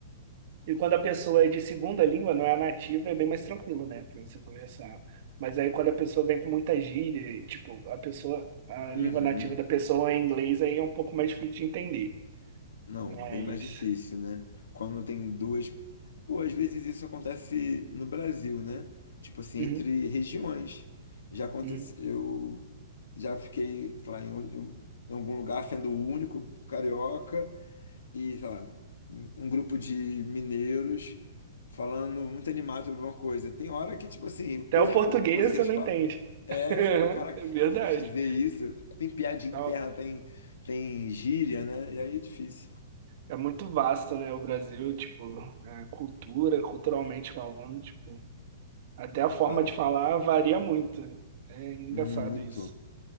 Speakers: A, on the right; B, on the left.
A: E quando a pessoa é de segunda língua, não é a nativa, é bem mais tranquilo, né, pra você conversar. Mas aí quando a pessoa vem com muita gíria, e, tipo, a pessoa, a língua
B: Uhum.
A: nativa da pessoa é inglês, aí é um pouco mais difícil de entender.
B: Não,
A: Mas.
B: bem mais difícil, né? Quando tem duas. Pô, às vezes isso acontece no Brasil, né? Tipo assim,
A: Uhum,
B: entre regiões. Já aconteceu.
A: uhum.
B: Eu já fiquei, sei lá, em, um- em um- em algum lugar sendo o único carioca e, sei lá, um um grupo de mineiros falando muito animado sobre alguma coisa. Tem hora que, tipo assim, eu perco
A: Até o português
B: alguma coisa que
A: você
B: eles
A: não
B: falam.
A: entende.
B: É,
A: <laughs>
B: fala, cara, o
A: É
B: que,
A: verdade.
B: que quis dizer isso? Tem piadinha
A: Então,
B: interna, tem, tem gíria, né? E aí é difícil.
A: É muito vasto, né, o Brasil, tipo, a cultura, culturalmente falando, tipo, até a forma
B: Cara,
A: de falar varia muito. É engraçado
B: muito,
A: isso.